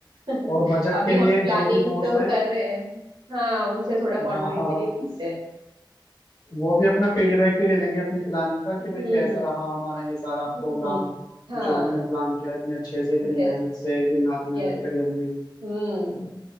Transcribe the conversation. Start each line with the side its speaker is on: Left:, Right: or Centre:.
Right: <laughs>
Left: और बजट
Right: अभी
Left: के
Right: हम
Left: लिए
Right: प्लानिंग
Left: जो भी दोस्त
Right: तो
Left: हैं
Right: कर रहे हैं हाँ उनसे थोड़ा कॉन्ट्री
Left: हाँ हाँ
Right: के
Left: हाँ।
Right: लिए बोलते हैं
Left: वो भी अपना फीडबैक भी ले लेंगे अपनी प्लानिंग का
Right: हम्म
Left: कि भाई कैसा रहा हमारा ये सारा प्रोग्राम
Right: हम्म हाँ
Left: जो हमने प्लान किया इतने अच्छे से इतनी
Right: यस
Left: मेहनत से दिन रात
Right: यस
Left: मेहनत करी हमने
Right: हम्म